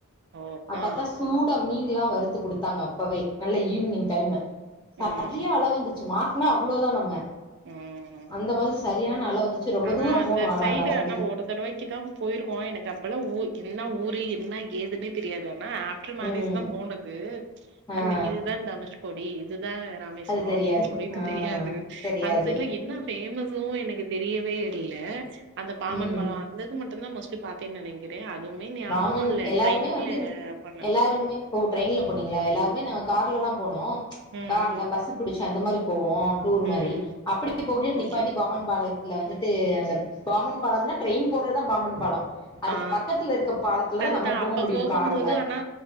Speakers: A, on the right; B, on the left.
A: ஓ
B: அப்
A: ஆ
B: பாத்தா சூடா மீன்ல்லா வறுத்து குடுத்தாங்க அப்பவே நல்ல ஈவ்னிங் டைம்மு செரியா
A: ம்
B: அல வந்துச்சு மாட்னா அவ்ளதா நம்ம
A: ம்
B: அந்த மாரி செரியான அல வந்துச்சு ரொம்ப
A: ஆனா
B: தூரம்
A: அந்த
B: போனு ஆனா
A: சைடு
B: நடந்து
A: ஒரு தடவைக்கு தா போயிருக்கோ எனக்கு அப்பல்லா என்ன ஊரு என்ன ஏது னே தெரியாது ஆனா ஆப்டர் மேரேஜ்
B: ம்
A: தா போனது
B: ஆ
A: அந்த இதுதா தனுஷ்க்கோடி இதுதா ராமேஸ்வரோ
B: அது தெரியாது
A: அப்டின்னு சொல்லிட்டு
B: ஆ
A: தெரியாது
B: தெரியாது
A: அந்த சைட்ல என்ன பேமஸ்சோ எனக்கு தெரியவே இல்ல அந்த பாம்பன்
B: ம்
A: பாலோ அந்தது மட்டுந்தா மோஸ்ட்லி பாத் நெனைக்கிறேன் அதுவுமே ஞாபகம்
B: பாமன்
A: இல்ல
B: எல்லாருமே
A: ட்ரெயின்ல
B: வந்து
A: போணது
B: எல்லாருமே ஓ ட்ரெயின்ல போனீஙளா எல்லாருமே நாங்க கார்லலா போனோ
A: ம்
B: கார்ல பஸ்சு புடிச்சி அந்த மாரி போவோ டூர் மாரி
A: ம்
B: அப்டி போகயில
A: ஓகே
B: நிப்பாட்டி
A: ஓகே
B: பாம்பன் பாலத்துல வந்துட்டு அந்த பாம்பன் பாலம்னா ட்ரெயின் போறதா பாமன் பா அதுக்கு
A: ஆ
B: பக்கத்துல இருக்க பாலத்துலதா
A: அதுதா
B: நம்ம போக
A: அப்ப
B: முடியு
A: போகும்
B: கார்ல
A: போது ஆனா